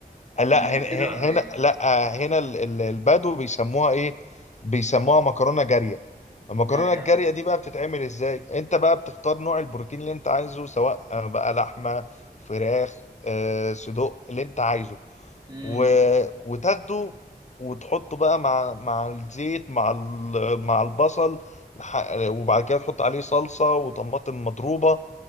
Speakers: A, on the left; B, on the right.
A: لا
B: انا ليه
A: هنا هنا
B: كده ولا ايه
A: هنا- لا هنا ال- ال- البدو بيسموها ايه بيسموها مكرونه جاريه المكرونه
B: جارية
A: الجاريه دي بقى بتتعمل ازاي انت بقى بتختار نوع البروتين اللي انت عايزه سواء آه، بقى لحمه فراخ آه، صدوق اللي انت عايزه
B: امم
A: و... وتاخده وتحطه بقى مع مع الزيت مع ال... مع البصل لح- وبعد كده تحط عليه صلصه وطماطم مضروبه